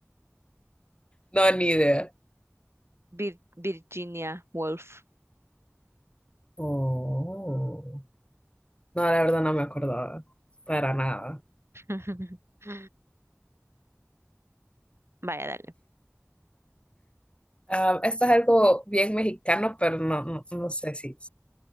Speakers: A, on the left; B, on the right.
A: no, ni idea.
B: Vir- Virginia Woolf.
A: Oh. No, la verdad no me acordaba para nada.
B: <laughs> Vaya, dale.
A: Ah, esto es algo bien mexicano, pero no, no, no sé si,